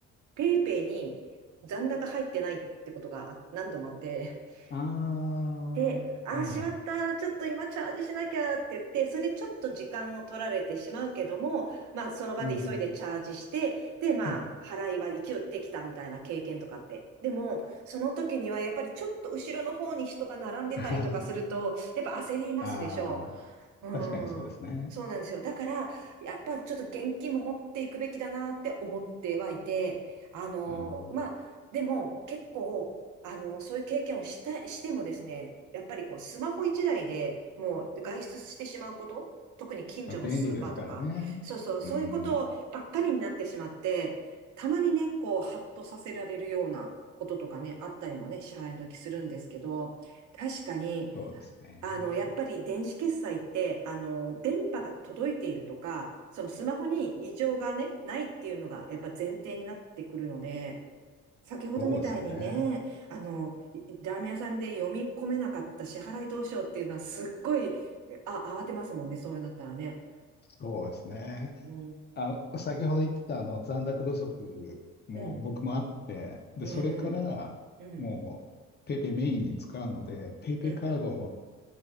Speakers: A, on the right; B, on the left.
A: ペイペイに残高入ってないってことがあ何度もあって、<laughs>
B: ー、ああ、
A: で、ああ、
B: はいはい。
A: しまった、ちょっと今チャージしなきゃって言って、それでちょっと時間を取られてしまうけども、まあ、その場で急いでチャージして、
B: うん
A: で、まあ、
B: うん。
A: 払いは一応できたみたいな経験とかって。でも、その時にはやっぱりちょっと後ろの方に人が並んでたりとかすると、
B: あ
A: やっぱ焦りますでしょ
B: あ、<laughs> ああ、
A: う
B: 確かにそうですね。
A: ん。そうなんですよ。だから、やっぱちょっと現金も持っていくべきだなって思ってはいて、あのまあ、
B: あー
A: でも結構、あのそういう経験をした、してもですね、やっぱりこう、スマホ一台でもう外出してしまうこと、特に近所のスーパーとか、
B: まあ、便利ですからね。
A: そうそう、そういうことばっかりになってしまって、
B: うん、
A: たまにね、こう、ハッとさせられるようなこととかね、あったりもね、支払いの時するんですけど、確かに、
B: そうですね。
A: あの、やっぱり電子決済って、あの、電波が届いているとか、そのスマホに異常がね、ないっていうのがやっぱ前提になってくるので、先ほどみたいにね、
B: そうですよね。
A: あの、いラーメン屋さんで読み込めなかった支払いどうしようっていうのはすっごい、あ、慌てますもんね、そうなったらね。
B: そうですね。
A: うん。
B: あ、先ほど言ってたあの残高不足も僕もあって、
A: うん。
B: で、
A: うん。
B: それからもうペイペイメインに使うので、
A: うん。
B: ペイペイカードを
A: うん。